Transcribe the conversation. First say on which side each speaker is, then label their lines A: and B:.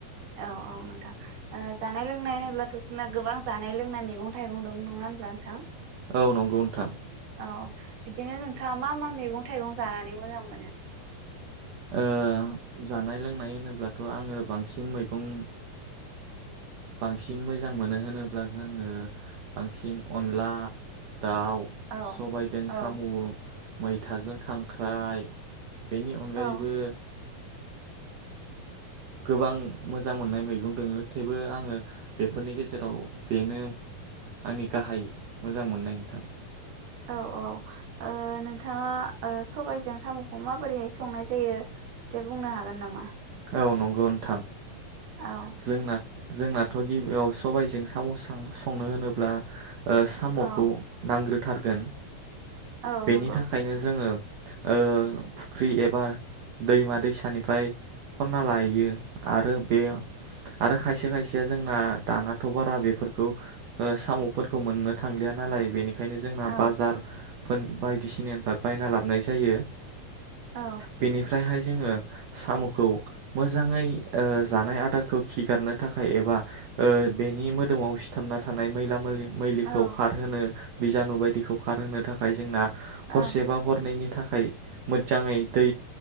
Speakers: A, on the right; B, on the right.
A: औ औ नोंथां। जानाय लोंनाय होनोब्लाथ' जोंना गोबां जानाय लोंनाय मैगं थ थाइगं दं नङा होनब्ला नोंथां,
B: औ नंगौ नोंथां
A: औ बिदिनो नोंथाङा मा मा मैगं थाइगं जानानै मोजां मोनो?
B: ओ, जानाय लोंनाय होनोब्लाथ' आङो बांसिन मैगं बांसिन मोजां मोनो होनोब्ला जोङो बांसिन अनला दाउ
A: औ
B: सबायदों
A: औ
B: साम' मैथाजों खां ख्राय बेनि अनगायैबो
A: औ
B: गोबां मोजां मोननाय मैगं दोङो थेवबो आङो बेफोरनि गेजेराव बेनो आंनि गाहाय मोजां मोननाय नोंथां।
A: औ औ ओ नोंथाङा ओ सबायजों साम'खौ माबोरैहाय संनाय जायो एसे बुंनो हागोन नामा?
B: औ नंगौ नोंथां।
A: औ
B: जोंना जोंनाथ' गिबियाव सबायजों साम' सं-संनो होनोब्ला ओ साम'खौ
A: औ
B: नांग्रो थारगोन
A: औ
B: बेनि
A: नंगौ
B: थाखायनो जोङो ओ फुख्रि एबा दैमा दैसानिफ्राय खन्ना लायो आरो बे आरो खायसे खायसेया जोंना दानाथ' बारा बेफोरखौ ओ साम'फोरखौ मोननो थांलिया नालाय बेनिखाय ओंखायनो जोंना
A: औ
B: बाजार <unintelligible> बायदिसिनानिफ्राय बायना लाबनाय जायो।
A: औ
B: बेनिफ्रायहाय जोङो साम' <unintelligible> मोजाङै ओ जानाय आदारखौ खिगारनो थाखाय एबा ओ बेनि मोदोमाव सिथाबना थानाय मैला मैलि मैलिखौ
A: औ औ
B: खारहोनो बिजानु बायदिखौ खारहोनो थाखाय जोंना हरसे
A: औ
B: बा हरनैनि थाखाय मोजाङै दै